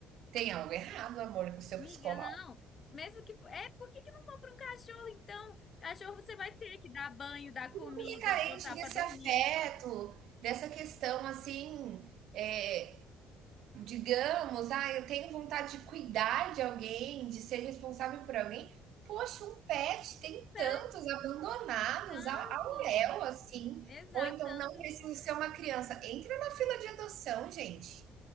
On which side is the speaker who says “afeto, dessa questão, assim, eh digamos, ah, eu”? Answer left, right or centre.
Right